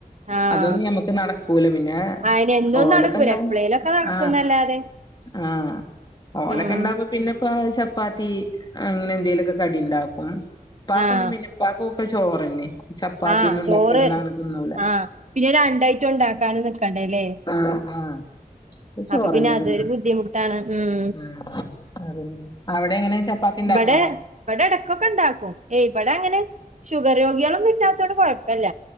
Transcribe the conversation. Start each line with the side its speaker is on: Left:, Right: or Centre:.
Right: ആഹ്
Left: അതൊന്നും ഞമ്മക്ക് നടക്കൂല പിന്നെ
Right: അയിന് എന്നും
Left: ഓലൊക്കെ
Right: നടക്കൂല
Left: ണ്ടാ
Right: എപ്പളേലൊക്കെ നടക്കുന്നല്ലാതെ
Left: ആ ആഹ് ഓലൊക്കെ
Right: ഉം
Left: ഇണ്ടാവുമ്പോ പിന്നെപ്പ ചപ്പ് ചപ്പാത്തി അങ്ങനെ എന്തെലൊക്കെ കടിണ്ടാക്കും പാക്കൊന്നും
Right: ആഹ്
Left: പിന്നെ പാക്കൊക്കെ ചോറന്നെ ചപ്പാത്തി
Right: ആഹ്
Left: ഒന്നും
Right: ചോറ്
Left: ണ്ടാക്കാലോന്നങ്ങനെ തിന്നൂല
Right: ആഹ് പിന്നെ രണ്ടായിട്ടും ഉണ്ടാക്കാനും നിക്കണ്ടേല്ലേ
Left: ആഹ് ആഹ് ക്കെചോറന്നെ
Right: അപ്പൊ പിന്നെ അതൊരു
Left: തിന്ന
Right: ബുദ്ധിമുട്ടാണ് ഉമ്
Left: ഉ അത അവിടെ എങ്ങനെ ചപ്പാത്തി ഇണ്ടാക്കണോ
Right: ബടെ ഇബടെ എടക്കൊക്കെ ഇണ്ടാക്കും ഏയ് ഇവിടെ അങ്ങനെ ഷുഗർ രോഗിയാളൊന്നും ഇിറ്റാത്തോണ്ട് കൊഴപ്പല്ല